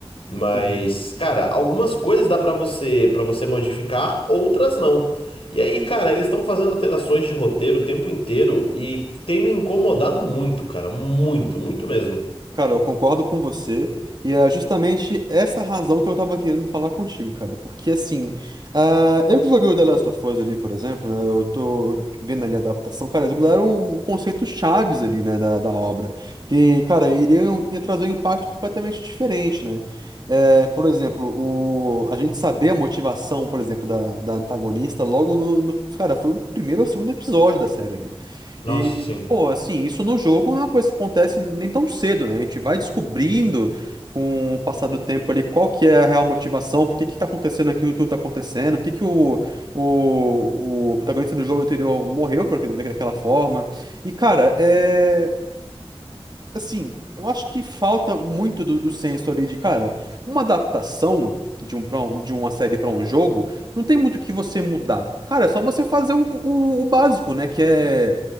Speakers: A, on the left; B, on the right.
A: Mas,
B: Uhum.
A: cara, algumas coisas dá pra você, para você modificar, outras não. E aí, cara, eles estão fazendo alterações de roteiro o tempo inteiro e tem me incomodado muito, cara, muito, muito mesmo.
B: Cara, eu concordo com você, e é justamente essa razão que eu tava querendo falar contigo, cara. Porque assim, ah, eu que joguei o The Last of Us ali, por exemplo, né? Eu tô vendo ali a adaptação, cara, eles mudaram conceitos chaves ali, né, da, da obra. Porque, cara, iriam ia trazer um impacto completamente diferente, né? É, por exemplo, o, a gente saber a motivação, por exemplo, da, da antagonista logo no, no- Cara, foi o primeiro ou segundo episódio da série ali.
A: Nossa,
B: E,
A: sim.
B: pô, assim, isso no jogo não é uma coisa que acontece nem tão cedo, né? A gente vai descobrindo com o passar do tempo ali qual que é a real motivação, por que que tá acontecendo aquilo que tudo tá acontecendo, por que que o, o, o protagonista do jogo anterior morreu por, daquela forma. E, cara, é. Assim, eu acho que falta muito do, do senso ali de, cara, uma adaptação de um, pra um- de uma série pra um jogo, não tem muito o que você mudar. Cara, é só você fazer o, o- o básico, né? Que é